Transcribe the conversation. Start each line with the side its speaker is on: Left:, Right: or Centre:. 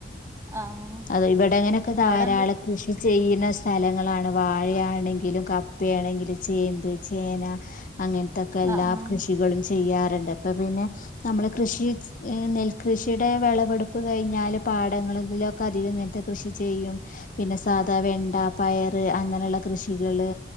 Right: ആഹ്
Left: അത് ഇവിടെങ്ങനൊക്കെ ധാരാളം
Right: അവിടെ എന്ത്
Left: കൃഷി ചെയ്യുന്ന സ്ഥലങ്ങളാണ് വാഴയാണെങ്കിലും കപ്പയാണെങ്കിലും ചേമ്പ് ചേന അങ്ങൻത്തൊക്കെ എല്ലാ
Right: ആഹ് ആഹ്
Left: കൃഷികളും ചെ ചെയ്യാറുണ്ട് അപ്പ പിന്നെ നമ്മൾ കൃഷി നെൽകൃഷിയുടെ വിളം വടുപ്പ് കഴിഞ്ഞാൽ പാടങ്ങളലൊക്കെ അധികം ഇങ്ങനത്തെ കൃഷി ചെയ്യും പിന്നെ സാധാ വെണ്ട പയറ് അങ്ങനെയുള്ള കൃഷികള്